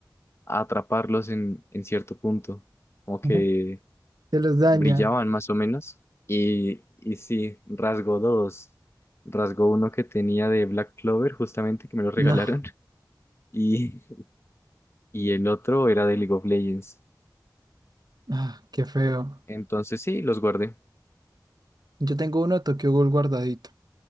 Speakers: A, on the left; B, on the right.
A: a atraparlos en, en cierto punto, como que
B: Ujú. Te los daña.
A: brillaban más o menos. Y, y sí, rasgó dos. Rasgó uno que tenía de Black Clover, justamente, que me lo regalaron.
B: No.
A: <laughs> Y, y el otro era de League of Legends.
B: Ah, qué feo.
A: Entonces sí, los guardé.
B: Yo tengo uno de Tokyo Ghoul guardadito,